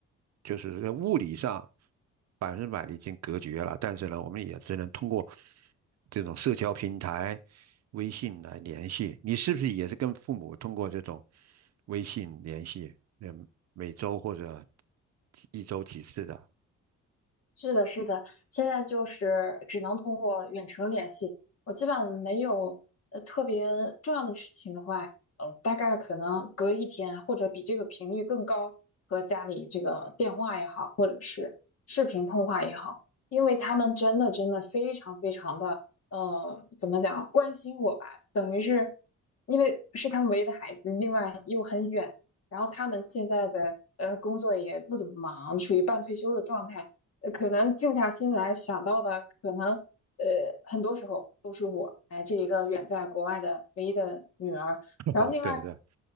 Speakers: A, on the right; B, on the left.
A: 就是在物理上。百分之百的已经隔绝了，但是呢，我们也只能通过这种社交平台、微信来联系。你是不是也是跟父母通过这种微信联系？嗯，每周或者一周几次的？
B: 是的，是的，现在就是只能通过远程联系。我基本上没有呃特别重要的事情的话，呃，大概可能隔一天或者比这个频率更高，和家里这个电话也好，或者是视频通话也好，因为他们真的真的非常非常的呃，怎么讲，关心我吧，等于是因为是他们唯一的孩子，另外又很远，然后他们现在的呃工作也不怎么忙，处于半退休的状态。呃可能静下心来想到的，可能呃很多时候都是我，哎，这一个远在国外的唯一的女儿。
A: <laughs>
B: 然后另外，
A: 啊，对对，